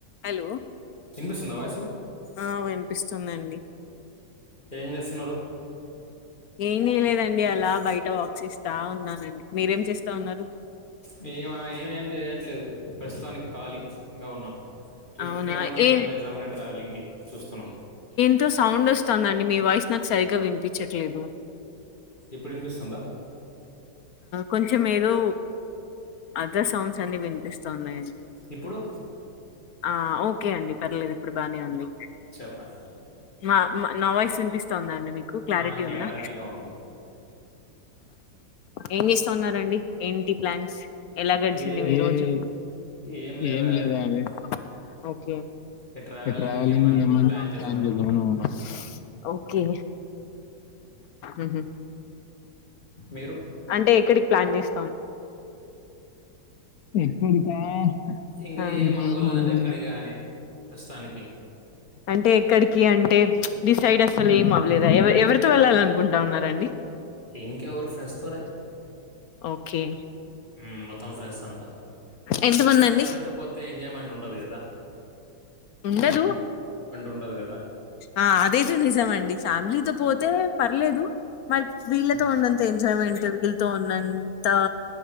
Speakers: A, on the left (about 70°); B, on the left (about 25°).
A: Hello
B: వినిపిస్తుందా voice
A: ఆ వినిపిస్తుందండి.
B: ఏం చేస్తున్నారు?
A: ఏమి లేదండి అలా బయట వాక్ చేస్తా ఉన్నానండి. మీరేం చేస్తా ఉన్నారు.
B: మీమా ఏమేం చేయట్లేదు, ప్రస్తుతానికి ఖాళీ ఇంగా ఉన్నాం. ట్రిప్కి
A: అవునా
B: ఏమన్నా
A: ఏ
B: ప్లాన్ చేద్దామని ట్రావెలింగ్కి చూస్తున్నాం.
A: ఎంతో సౌండ్ వస్తుందండి. మీ వాయిస్ నాకు సరిగ్గా వినిపించట్లేదు.
B: ఇప్పుడు వినిపిస్తుందా.
A: కొంచం ఏదో అదర్ సౌండ్స్ అన్ని వినిపిస్తూ ఉన్నాయండి.
B: ఇప్పుడు
A: ఆ ఓకే అండి పర్లేదు ఇప్పుడు బానే ఉంది
B: చెప్పండి
A: మా నా వాయిస్ వినిపిస్తు ఉందా అండి మీకు క్లారిటీ
B: ఆ, క్లారిటీగా
A: ఉందా
B: ఉంది
A: ఏం జేస్తా ఉన్నారండి ఏంటి ప్లాన్స్ ఎలా గడిచింది
B: ఏ
A: మీరోజు
B: ఏం లేదా
A: ఏమి
B: అండి
A: లేదండి ఓకే
B: ఏ
A: ట్రావెలింగ్
B: ఏమైనా
A: ఎమన్నా
B: చేద్దామని
A: ప్లాన్ జేదాం అనుకున్నా
B: అనుకుంటున్నాం
A: ఓకే ఊహూ
B: మీరు
A: అంటే ఎక్కడికి ప్లాన్ చేస్ ఎక్కడికా
B: ఇంకా
A: అంటే
B: ఏం అనుకోలేదండి
A: ఏమ్ అనుకోలే
B: ఎక్కడికా అని ప్రస్తుతానికి
A: అంటే ఎక్కడికి అంటే డిసైడ్ అసలు ఏం అవ్వలేదా ఎవ ఎవరితో వెళ్ళాలి అనుకుంటా ఉన్నారండి.
B: ఇంకెవరు ఫ్రెండ్స్ తోనే
A: ఓకే
B: ఉమ్ మొత్తం ఫ్రెండ్స్ అంతా
A: ఎంత మంది అండి
B: ఫ్యామిలీతో పోతే ఎంజాయ్మెంట్ ఉండదు గదా
A: ఉండదూ
B: ఉండదు కదా
A: ఆ అదేది నిజం అండి ఫ్యామిలీతో పోతే పర్లేదు మళ్ వీళ్ళతో
B: మ్మ్.
A: ఉన్నంత ఎంజాయ్మెంట్ వీళ్ళతో ఉన్నంత